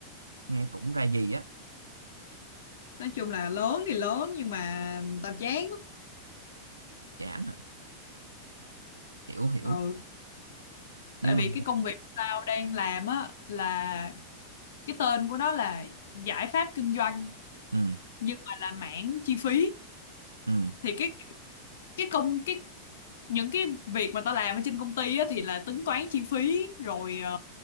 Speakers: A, on the right (about 80°); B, on the left (about 60°).
A: nghe cũng ra gì á
B: nói chung là lớn thì lớn nhưng mà tao chán
A: chán à. hiểu hiểu
B: ừ
A: nhưng
B: tại vì
A: mà
B: cái công việc tao đang làm á là cái tên của nó là giải pháp kinh doanh
A: ừ
B: nhưng mà là mảng chi phí
A: ừ
B: thì cái cái công cái những cái việc mà tao làm ở trên công ty á, thì là tính toán chi phí rồi ờ,